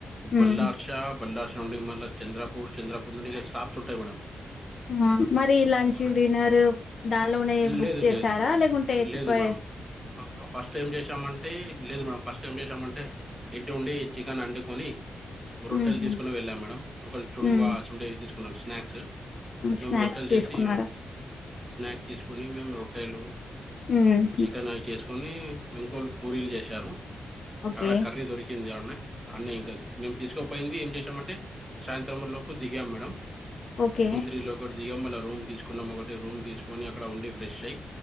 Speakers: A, on the left (about 60°); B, in the centre.
A: ఉమ్,
B: బల్లార్షా బల్లార్షా మళ్ళ చంద్రపూర్ చంద్రపూర్ నుండి ఇగ స్టాప్స్ ఉంటాయి మేడం
A: హు మరి లంచ్
B: ఆ,
A: డిన్నర్ దానిలోనే బుక్
B: లేదు
A: చేస్
B: లేదు
A: స్తారా
B: మేడం
A: లేేకుంటె
B: లేదు
A: పై
B: మేడం ఫస్ట్ టేమ్ చేసామంటే లేదు మే ఫస్ట్ ఎం చేసామంటే ఇంటి ఉండి చికెన్ వండుకొని రొట్టెలు
A: ఉహుం,
B: తీసుకుని వెళ్ళాం మేడం ఒక చూడవా
A: ఉమ్,
B: సుడే తీస్ తీకునం స్నాక్స్ మేము
A: స్నాక్స్
B: రొట్టెలు
A: తీసుకున్నారా
B: చేసి స్నాక్స్ తీసుకోని మేం రో ట్టెలు
A: ఉహుం,
B: చికెన్ అవి చేసుకొని ఇంకోలు పూరీలు చేశారు
A: ఓకే
B: అక్కడ కర్రీ దొరికింది అడ్నే అడ్నే ఇంకా మేము తీసుకోపోయింది ఏం చేసామంటే సాయంత్రం లోపు దిగాం మేడం
A: ఓకే.
B: టూ త్రీ లో ఒక దిగి మళ్ల రూమ్ తీసుకున్నాం ఒకటి రూమ్ తీసుకుని అక్కడ ఉండి ఫ్రెష్ అయ్యి